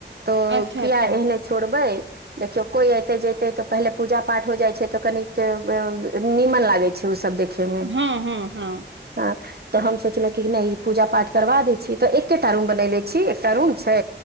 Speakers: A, on the right; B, on the right.
A: तो
B: अच्छा
A: किया
B: अच्छा
A: एहने छोड़बै देखियो कोई एते जेते तो पहले पूजा पाठ हो जाइ छै तऽ कनीक नीमन लागै छै ओ सब देखे मे
B: हँ हँ हँ
A: हँ तऽ हम सोचलहुँ कि नहि ई पूजा पाठ करबा दै छियै तऽ एकेटा रूम बनयले छी एकटा रूम छै